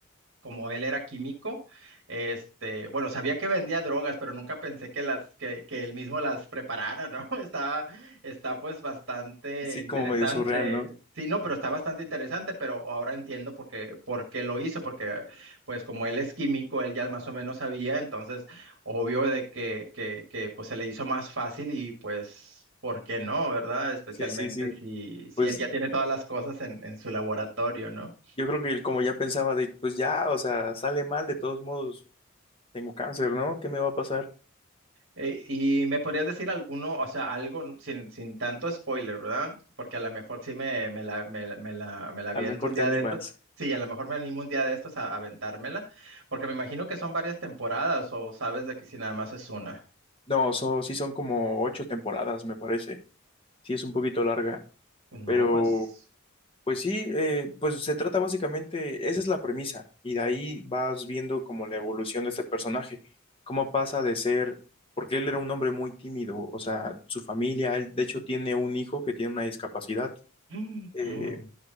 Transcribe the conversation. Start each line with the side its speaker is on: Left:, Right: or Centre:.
Right: como él era químico, este, bueno, sabía que vendía drogas, pero nunca pensé que las, que, que él mismo las preparara, ¿no? <laughs> Está, está pues bastante
Left: Sí,
Right: interesante.
Left: como medio surreal, ¿no?
Right: Sí, no, pero está bastante interesante, pero ahora entiendo por qué, por qué lo hizo, porque pues como él es químico, él ya más o menos sabía, entonces obvio de que, que, que pues se le hizo más fácil y pues, ¿por qué no, verdad? Especialmente
Left: Sí, sí, sí.
Right: si, si
Left: Pues
Right: él ya tiene todas las cosas en, en su laboratorio, ¿no?
Left: yo creo que él como ya pensaba de, pues ya, o sea, sale mal, de todos modos, tengo cáncer, ¿no? ¿Qué me va a pasar?
Right: Eh, y me podrías decir alguno, o sea, algo sin, sin tanto spoiler, ¿verdad? Porque a lo mejor sí me, me la, me, la, me la me la aviento
Left: A lo mejor
Right: un
Left: te
Right: día
Left: animas.
Right: de estos. Sí, a lo mejor me animo un día de estos a, a aventármela, porque me imagino que son varias temporadas o sabes de que si nada más es una.
Left: No, so- sí son como ocho temporadas, me parece. Sí es un poquito larga,
Right: No,
Left: pero
Right: pues...
Left: Pues sí, eh, pues se trata básicamente, esa es la premisa, y de ahí vas viendo como la evolución de este personaje, cómo pasa de ser, porque él era un hombre muy tímido, o sea, su familia, él de hecho tiene un hijo que tiene una discapacidad,
Right: <gasps>
Left: eh,
Right: mm,